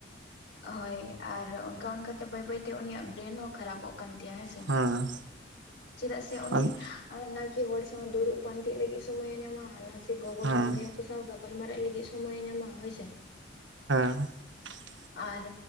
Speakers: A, on the left; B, on the right.
A: ᱦᱳᱭ ᱟᱨ ᱚᱱᱠᱟ ᱚᱱᱠᱟᱛᱮ ᱵᱟᱹᱭ ᱵᱟᱹᱭᱛᱮ ᱩᱱᱤᱭᱟᱜ ᱵᱨᱮᱱ ᱦᱚᱸ ᱠᱷᱟᱨᱟᱯᱚᱜ ᱠᱟᱱ ᱛᱟᱭᱟ ᱦᱮᱸᱥᱮ?
B: ᱦᱮᱸ
A: ᱪᱮᱫᱟᱜ ᱥᱮ ᱩᱱᱤ
B: ᱟᱢ
A: ᱟᱨ ᱱᱟ ᱠᱤ ᱦᱚᱲ ᱥᱟᱶ ᱫᱩᱲᱩᱵ ᱯᱟᱱᱛᱮᱜ ᱞᱟᱹᱜᱤᱫ ᱥᱳᱢᱚᱭᱮ ᱧᱟᱢᱟ ᱥᱮ ᱜᱚ ᱵᱟᱵᱟ
B: ᱦᱮᱸ
A: ᱵᱚᱭᱦᱟ
B: ᱦᱮᱸ
A: ᱠᱚ ᱥᱟᱶ ᱜᱟᱞ ᱢᱟᱨᱟᱜ ᱞᱟᱹᱜᱤᱫ ᱥᱚᱢᱚᱭᱮ ᱧᱟᱢᱟ ᱦᱳᱭ ᱥᱮ᱾
B: <unintelligible>
A: ᱟᱨ